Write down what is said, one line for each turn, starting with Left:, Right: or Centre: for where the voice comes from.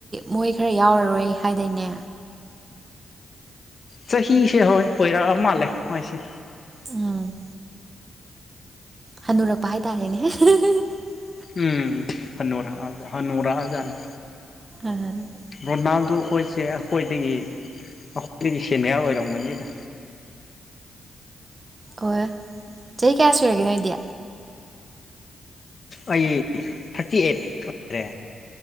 Right: ꯃꯣꯏ ꯈꯔ ꯌꯥꯎꯔꯔꯣꯏ ꯍꯥꯏꯗꯥꯏꯅꯦ
Left: ꯆꯍꯤꯁꯦ ꯍꯣꯏ ꯑꯣꯏꯔꯛꯑ ꯃꯥꯜꯂꯦ ꯃꯣꯏꯁꯦ
Right: ꯎꯝ ꯍꯟꯅꯨꯔꯛꯄ ꯍꯥꯏꯇꯥꯔꯦꯅꯦ ꯍꯍ ꯍ
Left: ꯎꯝ ꯍꯅꯨꯔꯛꯑ ꯍꯅꯨꯔꯛꯑꯖꯥꯠꯅꯤ
Right: ꯑꯣ
Left: ꯔꯣꯅꯥꯜꯗꯣ ꯈꯣꯏꯁꯦ ꯑꯩꯈꯣꯏꯗꯒꯤ ꯑꯩꯈꯣꯏꯗꯒꯤ ꯁꯦꯅꯤꯌꯥꯔ ꯑꯣꯏꯔꯝꯒꯅꯤꯗ
Right: ꯑꯣꯏ ꯆꯍꯤ ꯀꯌꯥ ꯁꯨꯨꯔꯒꯦ ꯅꯣꯏꯗꯤ
Left: ꯑꯩ ꯊꯥꯔꯇꯤ ꯑꯩꯠ ꯑꯣꯏꯔꯦ